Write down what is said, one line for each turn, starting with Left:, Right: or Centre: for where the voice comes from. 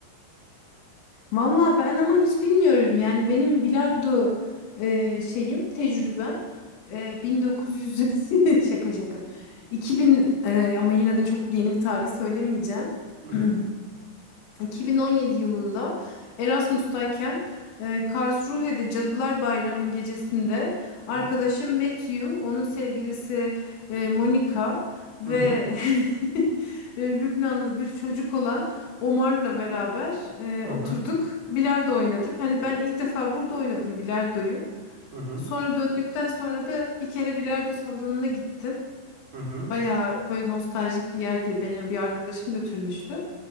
Left: Valla ben ama hiç bilmiyorum. Yani benim bilardo e, şeyim, tecrübem e, 1900 <laughs> şaka şaka. 2000 e, ama yine de çok yeni bir tarih söylemeyeceğim. <clears throat>
Right: Hı hı.
Left: 2017 yılında Erasmus'tayken e, Karlsruhe'de Cadılar Bayramı gecesinde arkadaşım
Right: Hı hı.
Left: Matthew, onun sevgilisi e, Monica ve
Right: Hı hı.
Left: <laughs> e, Lübnanlı bir çocuk olan Omar'la beraber
Right: Hı
Left: e, oturduk,
Right: hı.
Left: bilardo oynadık. Hani ben ilk defa burada oynadım bilardoyu.
Right: Hı hı.
Left: Sonra döndükten sonra da bir kere bilardo salonuna gittim.
Right: Hı hı.
Left: Bayağı böyle nostaljik bir yer diye beni bir arkadaşım götürmüştü.